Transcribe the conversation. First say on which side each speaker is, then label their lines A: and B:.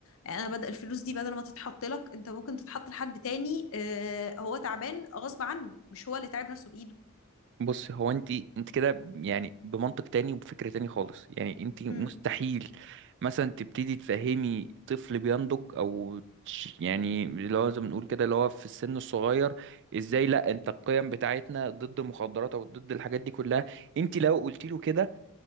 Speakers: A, on the left; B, on the right.
A: يعني انا بدل الفلوس دي بدل ما تتحط لك انت ممكن تتحط لحد تاني آه، هو تعبان غصب عنه مش هو اللي تعب نفسه بايده
B: بص هو انت انت كده يعني بمنطق تاني وبفكر تاني خالص يعني انت مستحيل
A: امم
B: مثلا تبتدي تفهمي طفل بينضج او تش- يعني اللي هو زي ما بنقول كده اللي هو في السن الصغير ازاي لا انت القيم بتاعتنا ضد المخدرات او ضد الحاجات دي كلها انت لو قلت له كده